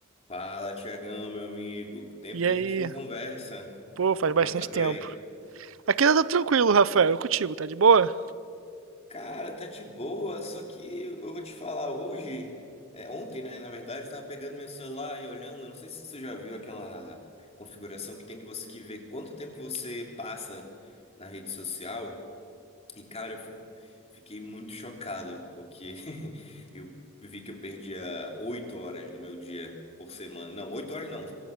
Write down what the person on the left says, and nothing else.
Fala, Tiagão, meu amigo. Tempo
que
a gente não conversa.
Como
é que tá por
aí?
Cara, tá de boa, só que eu vou te falar hoje, é, ontem, né, na verdade, eu tava pegando meu celular e olhando, não sei se você já viu aquela configuração que tem que você que ver quanto tempo você passa na rede social. E, cara, eu fui- fiquei muito chocado, porque <laughs> eu vi que eu perdia oito horas do meu dia por semana. Não, oito horas não,